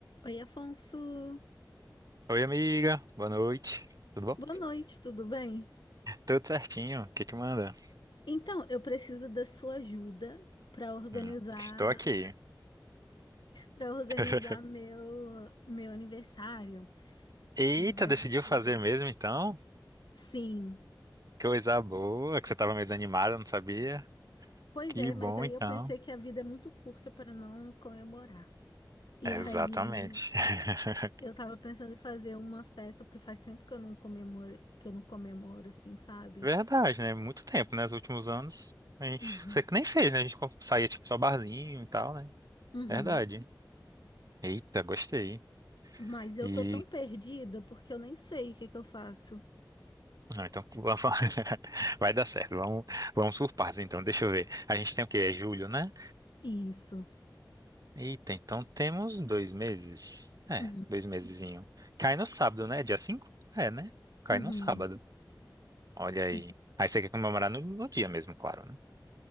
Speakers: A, on the left (about 75°); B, on the right (about 50°).
A: Oi, Afonso.
B: Oi, amiga. Boa noite. Tudo bom?
A: Boa noite, tudo bem?
B: Tudo certinho. O que que manda?
A: Então, eu preciso da sua ajuda para organizar,
B: Hum, Estou aqui.
A: para organizar
B: <laughs>
A: meu meu aniversário,
B: Eita,
A: que vai
B: decidiu
A: ser.
B: fazer mesmo então?
A: Sim.
B: Coisa boa, que você estava meio desanimada, não sabia?
A: Pois
B: Que
A: é,
B: bom
A: mas aí
B: então.
A: eu pensei que a vida é muito curta para não comemorar. E
B: Exatamente.
A: aí
B: <laughs>
A: eu tava pensando em fazer uma festa, porque faz tempo que eu não comemoro, que eu não comemoro assim, sabe?
B: Verdade, né? Muito tempo, né? Nos últimos anos, a gente,
A: Uhum.
B: você que nem fez, né? A gente saía tipo só barzinho e tal, né?
A: Uhum.
B: Verdade. Eita, gostei.
A: Mas eu
B: E
A: tô tão perdida porque eu nem sei o que que eu faço.
B: não, então <laughs> vamos- vai dar certo. Vamos, vamos por partes então. Deixa eu ver. A gente tem o quê? É julho, né?
A: Isso.
B: Eita, então temos dois meses. É,
A: Uhum.
B: dois mesezinho. Cai no sábado, né? Dia 5, É, né? Cai
A: Uhum,
B: no sábado. Olha aí.
A: uhum.
B: Aí você quer comemorar no, no dia mesmo, claro, né?